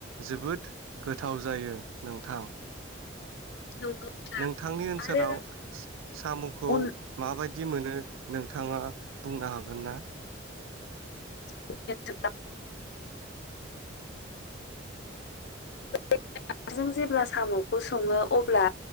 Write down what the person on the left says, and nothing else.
नंगौ नोंथां
आरो
अन
<unintelligible> <unintelligible> जेब्ला साम'खौ सङो अब्ला